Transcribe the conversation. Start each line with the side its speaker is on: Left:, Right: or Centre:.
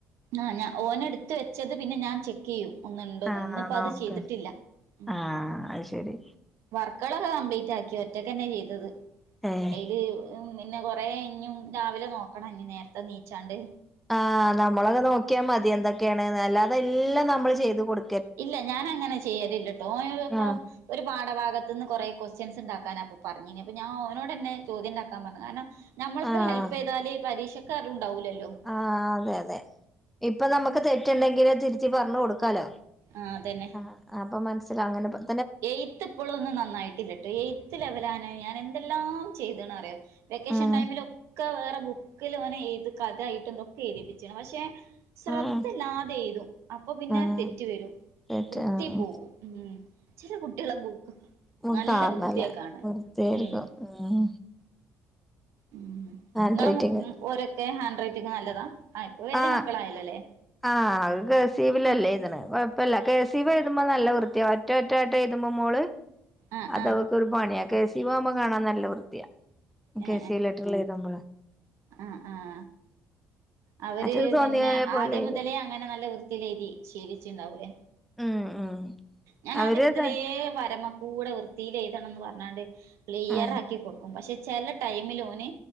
Right: ആഹ് ഞാൻ ഓന് എടുത്ത് വെച്ചത് പിന്നെ ഞാൻ ചെക്ക് ചെയ്യും ഒന്ന ഇണ്ടോന്ന്
Centre: ആഹ്
Right: ഇന്നിപ്പ
Centre: നോക്ക്
Right: അത് ചെയ്തിട്ടില്ല ഉം
Centre: ആഹ് അത് ശരി
Right: വാർകള്ളൊക്കെ കോംപ്ലിറ്റക്കി ഒറ്റക്കന്നെ ചെയ്തത്
Centre: ഏഹ്
Right: അയില് പിന്നെ കുറേ ഇഞ്ഞും രാവിലെ നോക്കണം ഇഞ്ഞ് നേരത്തെ നീച്ചാണ്ട്
Centre: ആഹ് നമ്മളക്കെ നോക്കിയാ മതി എന്തൊക്കെയാണ് അല്ലാതെ എല്ലാം നമ്മള് ചെയ്ത് കൊടു
Right: ഇല്ല ഞാനങ്ങനെ ചെയ്യലില്ല ഓന് അത് ഇപ്പോം
Centre: ആഹ്
Right: ഒരു പാഠഭാഗത്ത്ന്ന് കൊറെ കൊസ്റ്റ്യൻസ് ഉണ്ടാക്കൻ അപ്പൊ പറഞ്ഞിനി അപ്പൊ ഞാൻ ഓനോട്ന്നെ ചോദ്യം ഉണ്ടാക്കാൻ പറഞ്ഞു കാരണം നമ്മളിപ്പോ
Centre: ആഹ്
Right: ഹെൽപ് ചെയ്താല് പരീക്ഷക്ക് അതും ഇണ്ടാവൂല്ലല്ലോ
Centre: ആഹ് അതെ അതെ ഇപ്പൊ നമുക്ക് തെറ്റുണ്ടെങ്കില് തിരുത്തി പറഞ്ഞ് കൊടുക്കാലോ
Right: ആഹ് അതന്നെ
Centre: ആഹ് അപ്പൊ മനസ്സിലും അങ്ങനെ പറ
Right: എയ്ത്ത് ഇപ്പളും ഒന്നും നന്നായിട്ടില്ലട്ടോ എയ്ത്ത് ലെവലാന് ഞാൻ എന്തെല്ലാം ചെയ്ത അറിയോ വെക്കേഷൻ
Centre: ആഹ്
Right: ടൈമിലൊ ഒക്കെ വേറെ ബുക്കിൽ ഓനെ ഏത് കഥ ആയിട്ടും ഒക്കെ എയുതിപ്പിച്ചാണ് പക്ഷെ ശ്രദ്ധല്ലാതെ
Centre: ആഹ്
Right: എയ്തും അപ്പൊ പിന്നെ
Centre: ആഹ്
Right: തെറ്റ് വരും
Centre: കേട്ട്
Right: വൃത്തി
Centre: ആഹ്
Right: പോകും ഉം ചില കുട്ടികളെ ബുക്ക്
Centre: ഉം
Right: നല്ല
Centre: കാരണല്ല
Right: വൃത്തിയാ കാണാൻ
Centre: വെറുതെ എഴുതും
Right: ഉം
Centre: ഉം
Right: ഉം നിങ്ങളെ
Centre: ഹാൻഡ് റൈറ്റിംഗ്
Right: മം ഒരൊക്കെ ഹാൻഡ് റൈറ്റിംഗ് നല്ലതാ ഇപ്പൊ വലിയ
Centre: ആഹ്
Right: മക്കളായാലല്ലേ
Centre: ആഹ് അത് കെ സീവിലല്ലേ എഴുതണ് കൊഴപ്പില്ല കെ സി വി എഴുതുമ്പോ നല്ല വൃത്തിയോ ഒറ്റ ഒറ്റായിട്ട് എഴുതുമ്പ മോള്
Right: ആ
Centre: അത്
Right: ആ
Centre: ഓൾക്കൊരു പണിയാ കെ സി വ് ആകുമ്പ കാണാൻ നല്ല വൃത്തിയ കെ
Right: ഏ
Centre: സി ലെറ്ററില് എഴുതുമ്പഴ
Right: ആഹ് അവര്
Centre: മറ്റേത് തോന്നിയ
Right: പിന്ന
Centre: പോലെ
Right: ആദ്യം
Centre: എഴുതും
Right: മുതലേ അങ്ങനെ നല്ല വൃത്തിയില് എഴുതി ശീലിച്ചിണ്ടാവുല്ലേ
Centre: ഉം ഉം
Right: ഞാൻ
Centre: അവര്ത്
Right: ആദ്യം മുതലേ വരമക്കൂടെ വൃത്തിയില്‌ എഴുതണന്ന് പറഞ്ഞാണ്ട്. ക്ലിയർ
Centre: ആഹ്
Right: ആക്കി കൊടുക്കും, പക്ഷെ ചെല ടൈമിൽ ഓന്